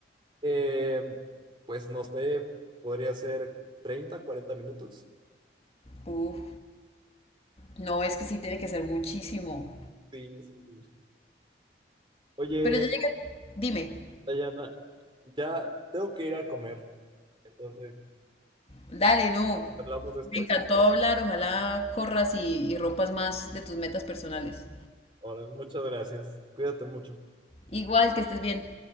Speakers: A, on the right; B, on the left.
A: Eh, pues no sé, podría ser 30, 40 minutos.
B: Uf, no, es que sí tiene que ser muchísimo.
A: Sí, sí, sí. Oye,
B: Pero ya llega, dime,
A: Dayana, ya tengo que ir a comer. Entonces,
B: dale, no.
A: hablamos después.
B: Me encantó hablar, ojalá corras y, y rompas más de tus metas personales.
A: Ahora, muchas gracias. Cuídate mucho.
B: Igual, que estés bien.